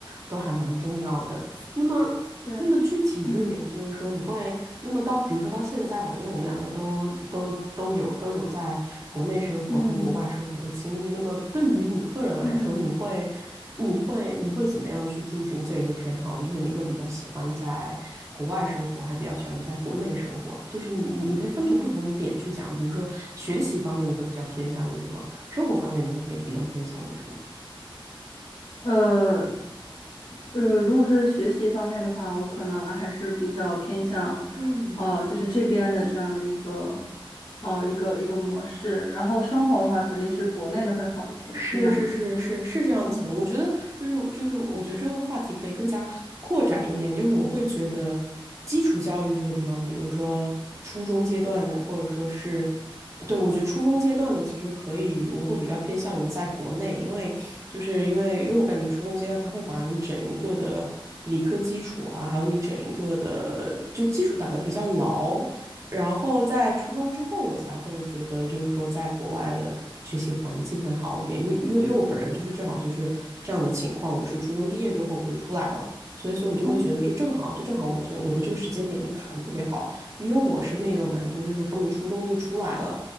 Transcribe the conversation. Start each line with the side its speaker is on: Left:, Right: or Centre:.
Right: 都还蛮重要的。那么，
Left: 对，
Right: 那么具体一个点就是说，
Left: 嗯
Right: 你会那么到，比如说到现在吧，因为我们两个都都都有都有在国内生活跟国外生活的经历。
Left: 嗯
Right: 那么对于你个人来说，
Left: 嗯，
Right: 你会你会你会怎么样去进行这个偏好呢？就是你会比较喜欢在国外生活，还比较喜欢在国内生活？就是你你你可以分成不同的点去讲，比如说学习方面你会比较偏向于什么，生活方面你会偏比较偏向于什么？
Left: 呃呃，如果是学习方面的话，我可能还是比较偏向，
Right: 嗯，
Left: 哦，就是这边的这样的一个，呃，一个一个模式。然后生活的话，肯定是国内的会好一些。
Right: 是是是是是这样子的，
Left: 你呢？嗯
Right: 我觉得就是就是，我觉得这个话题可以更加扩展一点。就是我会觉得基础教育这个地方，比如说初中阶段的，或者说是，对，我觉得初中阶段的其实可以，我会比较偏向于在国内，因为就是因为因为我感觉初中阶段它会把你整一个的理科基础啊，还有你整一个的就基础打得比较牢，然后在初中之后，我才会觉得，就是说，在国外的学习环境会好一点，因为因为因为我本人就是正好就是这样的情况，我是初中毕业之后我就出来了，所以所以我就会觉得，
Left: 嗯，
Right: 就正好就正好我这我的这个时间点就卡的特别好，因为我身边也有蛮多，就是说他们初中就出来了，